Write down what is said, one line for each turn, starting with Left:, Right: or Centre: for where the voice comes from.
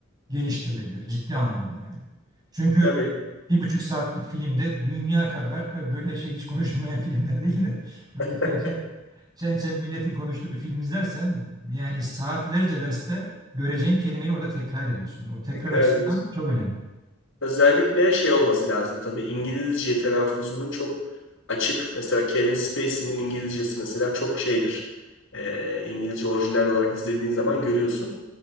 Right: geliştirilebilir ciddi anlamda yani. Çünkü
Left: tabii.
Right: bir buçuk saatlik filmde dünya kadar tabii böyle şey hiç konuşulmayan <laughs> filmler değil de böyle
Left: <laughs>
Right: çen çen, çen çen milletin konuştuğu bir film izlersen yani saatlerce derste göreceğin kelimeyi orada tekrar ediyorsun. O tekrar
Left: Tekrar
Right: açısından
Left: ediyoruz.
Right: çok önemli.
Left: Özellikle şey olması lazım tabii İngilizce telaffuzunun çok açık. Mesela Kevin Spacey'nin İngilizcesi mesela çok şeydir. Ee, İngilizce orijinal olarak izlediğin zaman görüyorsun.